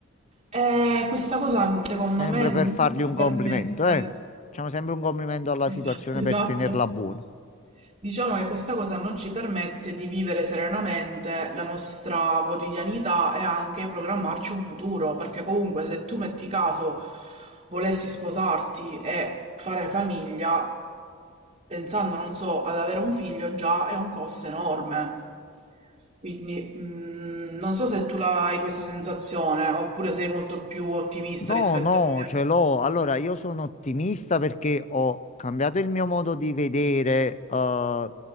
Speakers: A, on the right; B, on the left.
A: E questa cosa secondo
B: Sempre
A: me non
B: per fargli
A: ci
B: un complimento,
A: permette...
B: eh. Facciamo sempre un complimento alla
A: <laughs>
B: situazione per
A: Esatto.
B: tenerla buona.
A: Diciamo che questa cosa non ci permette di vivere serenamente la nostra quotidianità e anche programmarci un futuro, perché comunque se tu metti caso volessi sposarti e fare famiglia, pensando, non so, ad avere un figlio già è un costo enorme. Quindi mm, non so se tu la hai questa sensazione oppure sei molto più ottimista
B: No,
A: rispetto
B: no,
A: a me.
B: ce l'ho. Allora, io sono ottimista perché ho cambiato il mio modo di vedere eh,